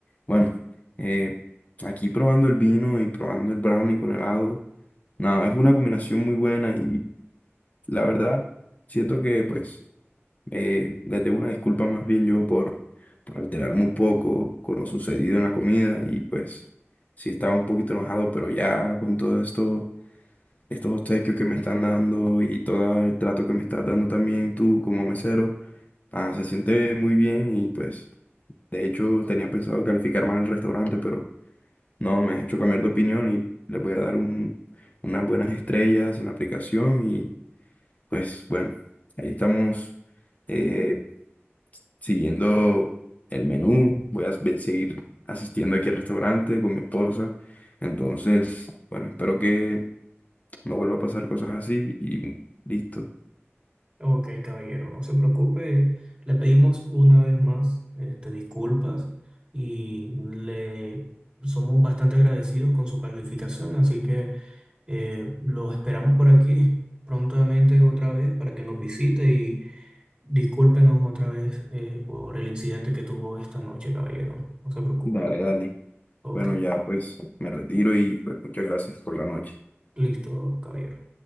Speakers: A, on the left (about 35°); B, on the right (about 25°).
A: bueno, eh, aquí probando el vino y probando el brownie con helado, nada, es una combinación muy buena y la verdad siento que pues eh, les debo una disculpa más bien yo por, por alterarme un poco con lo sucedido en la comida y pues sí estaba un poquito enojado, pero ya con todo esto estos obsequios que me están dando y todo el trato que me estás dando también tú como mesero. Ah, se siente muy bien y pues de hecho tenía pensado calificar mal el restaurante, pero no, me has hecho cambiar de opinión y le voy a dar un, unas buenas estrellas en la aplicación y pues bueno, ahí estamos eh, siguiendo el menú, voy a ve- seguir asistiendo aquí al restaurante con mi esposa, entonces bueno, espero que no vuelva a pasar cosas así y listo.
B: Ok, caballero, no se preocupe. Le pedimos una vez más, este, disculpas y le somos bastante agradecidos con su calificación, así que eh, lo esperamos por aquí prontamente otra vez para que nos visite Discúlpenos otra vez eh, por el incidente que tuvo esta noche, caballero. No se preocupe.
A: Dale, dale.
B: Ok,
A: Bueno, ya pues me retiro y pues muchas gracias por la noche.
B: listo, caballero.